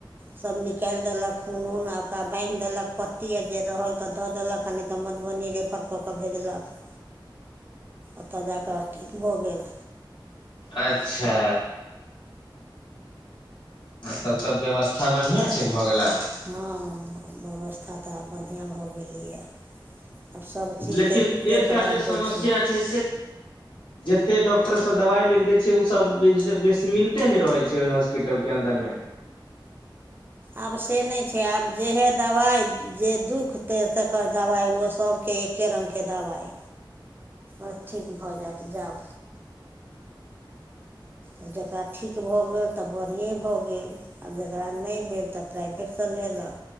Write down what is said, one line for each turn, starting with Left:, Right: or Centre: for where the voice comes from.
Right: सब निकालि देलक खून उन आ ओकरा बान्हि देलक पत्ती आ जे रहल ते दऽ देलक आ नहि तऽ मधुबनी रेफर कऽ कऽ भेजलक ओतऽ जाकऽ ठीक भऽ गेल।
Left: अच्छा तब तऽ व्यवस्था बढ़ियां छै भऽ गेल आब।
Right: हँ व्यवस्था तऽ आब बढ़िआँ भऽ गेलैए। आब सबचीजके
Left: लेकिन एकटा
Right: देखभाल
Left: जे समस्या
Right: होइ छैय।
Left: छै जते डॉक्टर सब दवाइ लिख दै छैय ओ सबस बे मिलते नहि रहै छैय ओहि हॉस्पिटलके अन्दर में।
Right: आब से नहि छैय आब जेहे दबाइ जे दुःखते तकर दबाइ ओ सभके एक एके रङ्गके दबाइ आ ठीक भऽ जायत जाउ। आब जकरा ठीक भऽ गेल तऽ बढ़िएँ भऽ गेल। आब जकरा नहि भेल तऽ प्राइभेटसँ लेलक।